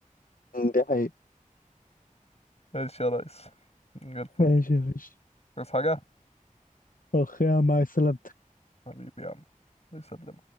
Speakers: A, on the left; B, on the left.
A: دي حقيقة
B: ماشي يا ريس من غير الفل
A: ماشي يا باشا
B: بس حاجة
A: اخ يا عم، مع السلامة
B: حبيبي يا عم يسلم